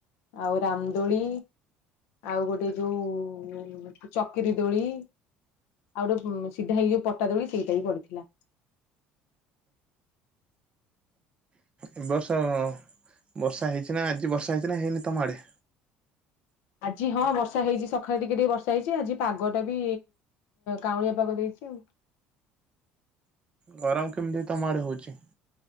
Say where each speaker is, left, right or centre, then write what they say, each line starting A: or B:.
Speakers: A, on the left; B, on the right.
A: ଆଉ ରାମ ଦୋଳି ଆଉ ଗୋଟେ ଯୋଉ ଚକ୍ରି ଦୋଳି ଆଉ ଗୋଟେ ସିଧା ହେଇକି ଯୋଉ ପଟା ଦୋଳି ସେଇଟା ବି ପଡିଥିଲା।
B: ଏ ବର୍ଷ ବର୍ଷା ହେଇଚି ନା ଆଜି ବର୍ଷା ହେଇଚି ନା ହେଇନି ତମ ଆଡେ?
A: ଆଜି ହଁ ବର୍ଷା ହେଇଚି ସକାଳେ ଟିକେ ଟିକେ ବର୍ଷା ହେଇଚି ଆଜି ପାଗଟା ବି କାଉଁଳିଆ ପାଗ ଦେଇଚି ଆଉ
B: ଗରମ କେମିତି ତମ ଆଡେ ହୋଉଚି?